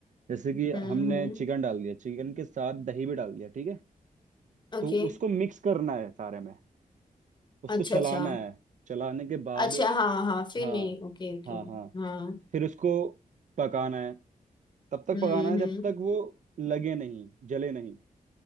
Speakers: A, on the right (about 60°); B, on the left (about 30°).
A: जैसे कि
B: हम्म
A: हमने चिकन डाल दिया चिकन के साथ दही भी डाल दिया ठीक है
B: ओके
A: तो उसको मिक्स करना है सारे में उसको
B: अच्छा
A: चलाना
B: अच्छा
A: है चलाने के बाद
B: अच्छा हाँ हाँ फिर
A: हाँ
B: नहीं ओके ओके
A: हाँ हाँ
B: हाँ
A: फिर उसको पकाना है तब तक
B: हम्म
A: पकाना है
B: हम्म
A: जब तक वो लगे नहीं जले नहीं